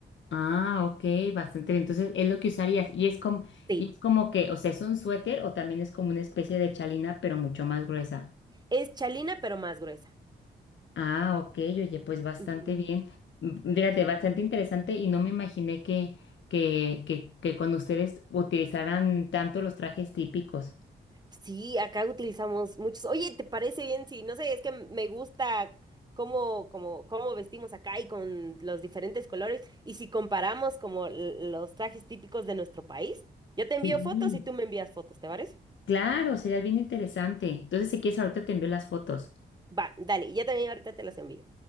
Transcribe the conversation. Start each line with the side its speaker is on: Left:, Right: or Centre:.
Left: Ah, ok, bastante bien. Entonces es lo que usarías. Y es como,
Right: Sí,
Left: y es como que, o sea, es un suéter o también es como una especie de chalina, pero mucho más gruesa.
Right: es chalina pero más gruesa.
Left: Ah, ok, oye, pues bastante
Right: Ujú.
Left: bien. Mm, Fíjate,
Right: Sí.
Left: bastante interesante y no me imaginé que, que, que, que cuando ustedes utilizaran tanto los trajes típicos.
Right: Sí, acá utilizamos muchos. Oye, ¿te parece bien? Sí, no sé, es que me gusta cómo, cómo, cómo vestimos acá y con los diferentes colores. Y si comparamos como l- los trajes típicos de nuestro país, yo te envío
Left: Sí.
Right: fotos y tú me envías fotos, ¿te parece?
Left: Claro, sería bien interesante. Entonces, si quieres, ahorita te envío las fotos.
Right: Va, dale, ya también ahorita te los envío.